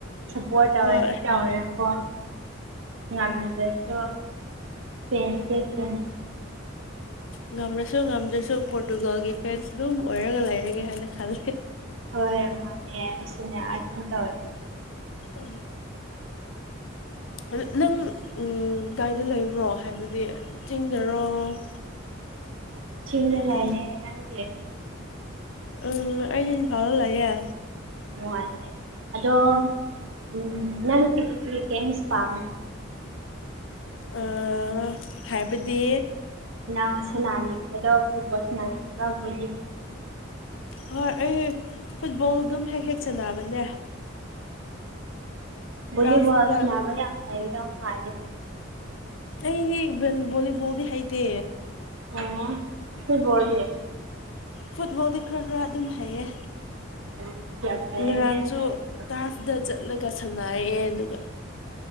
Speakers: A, on the right; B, on the left.
A: ꯁꯄꯣꯔꯠ ꯇꯧꯔꯦꯗꯤ
B: ꯍꯣꯏ
A: ꯇꯧꯔꯦꯀꯣ ꯉꯝꯗꯁꯨ ꯐꯁ ꯐ
B: ꯉꯝꯂꯁꯨ ꯉꯝꯗ꯭ꯔꯁꯨ ꯄꯣꯔꯇꯨꯒꯜꯒꯤ ꯐ꯭ꯔꯦꯟꯁ ꯑꯗꯨꯝ ꯑꯣꯏꯔꯒ ꯂꯩꯔꯒꯦ ꯍꯥꯏꯅ ꯈꯂꯦ
A: ꯍꯣꯏ ꯃꯥꯅꯦꯁꯨꯅꯦ ꯑꯗꯨ ꯇ ꯑꯣꯏꯔ
B: ꯎ ꯑ ꯅꯪ ꯀꯥꯏꯗ ꯂꯩꯕ꯭ꯔꯣ ꯍꯥꯏꯕꯗꯤ ꯆꯤꯡꯗꯔꯣ <inaudible>
A: ꯆꯤꯡꯗ
B: ꯅꯠꯇ꯭ꯔꯒ
A: ꯂꯩꯌꯦ ꯅꯪꯗꯤ
B: ꯎꯝ ꯑꯩꯗꯤ ꯏꯟꯐꯥꯜꯗ ꯂꯩꯌꯦ
A: ꯑꯣ ꯑꯗꯣ ꯎꯝ ꯅꯪ ꯀꯦꯝꯁ ꯄꯥꯝ
B: ꯑ ꯍꯥꯏꯕꯗꯤ
A: ꯅꯪ ꯁꯅꯤ ꯈꯔꯣ ꯐꯨꯠꯕꯜ ꯁꯨꯔ ꯈꯣ ꯂꯤꯕ
B: ꯍꯣꯏ ꯑꯩ ꯐꯨꯠꯕꯣꯜ ꯑꯗꯨꯝ ꯍꯦꯛ ꯍꯦꯛ ꯆꯅꯕꯅꯦ
A: ꯑꯣꯕꯣꯁꯅꯕ
B: ꯇꯔꯐꯇ
A: ꯌꯥꯝ ꯍꯥꯏꯔ ꯃꯥ
B: ꯑꯩꯗꯤ ꯚꯣꯂꯤꯕꯣꯜꯗꯤ ꯍꯩꯇꯦ
A: ꯑꯣ ꯁꯤꯕꯣꯒ
B: ꯐꯨꯠꯕꯣꯜꯗꯤ ꯈꯔ ꯈꯔ ꯑꯗꯨꯝ ꯍꯩꯌꯦ
A: ꯑꯣ ꯌꯥꯝ ꯐꯩꯌꯦꯅꯦ
B: ꯉꯔꯥꯡꯁꯨ
A: ꯍꯩꯕꯗꯣ
B: ꯇꯥꯐꯗ ꯆ ꯂꯒ ꯁꯥꯟꯅꯔꯛꯑꯦ ꯑꯗꯨꯒ